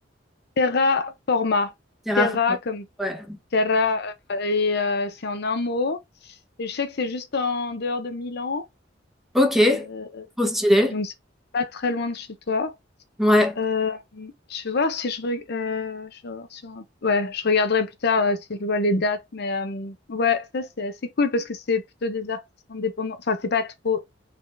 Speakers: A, on the left; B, in the centre.
A: Terra Forma.
B: Terraform.
A: Terra comme
B: Ouais.
A: Terra, euh, et euh, c'est en un mot. Et je sais que c'est juste en dehors de Milan,
B: Ok,
A: euh, euh,
B: trop
A: euh,
B: stylé.
A: donc c'est pas très loin de chez toi.
B: Ouais,
A: Euh, je vais voir si je, reg- euh, je vais voir sur un- ouais, je regarderai plus tard euh, si je vois les dates, mais euh, ouais, ça c'est assez cool parce que c'est plutôt des artistes indépendants. Enfin, c'est pas trop.